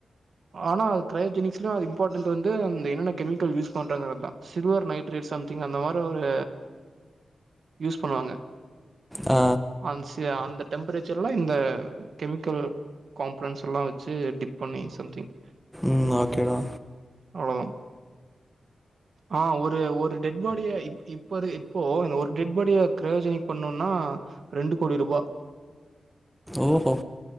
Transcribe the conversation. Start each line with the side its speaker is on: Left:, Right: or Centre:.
Right: ஆனா க்ரையோஜெனிக்ஸ்ல இம்பார்டன்ட் வந்து என்னென்ன கெமிக்கல் யூஸ் பண்றாங்கன்றது தா சில்வர் நைட் ட்ரே சம்திங் அந்த மாரி ஒரு யூஸ் பண்ணுவாங்க
Centre: ஆ
Right: அன் சே அந்த டெம்பரேச்சர்ல இந்த கெமிக்கல் காம்பொனென்ஸ் எல்லா வச்சு டிப் பண்ணி சம்திங்
Centre: ம் ஓகேடா
Right: அவ்வளோதா ஆ ஒரு ஒரு டெட் பாடிய இப்ப இப்போ இந்த ஒரு டெட் பாடிய க்ரயோஜெனிக் பண்ணுன்னா ரெண்டு கோடி ரூபா
Centre: ஓஹோ